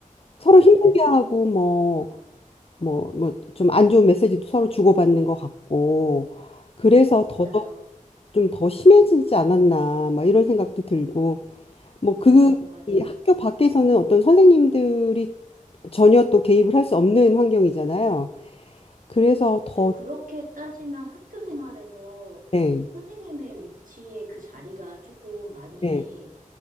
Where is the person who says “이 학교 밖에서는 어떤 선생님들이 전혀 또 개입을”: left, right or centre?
Left